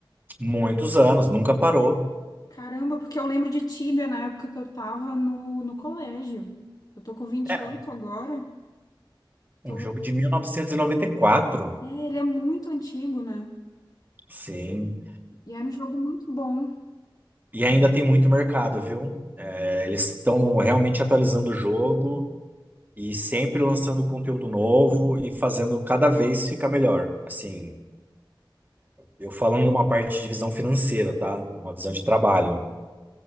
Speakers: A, on the right; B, on the left.
A: Muitos anos, nunca parou.
B: Caramba, porque eu lembro de Tíbia na época que eu tava no, no colégio. Eu tô com 28
A: É,
B: agora. Tô...
A: um jogo de 1994.
B: É, ele é muito antigo, né?
A: Sim.
B: E era um jogo muito bom.
A: E ainda tem muito mercado, viu? É, eles estão realmente atualizando o jogo e sempre lançando conteúdo novo e fazendo cada vez ficar melhor. Assim, eu falando numa parte de visão financeira, tá? Uma visão de trabalho.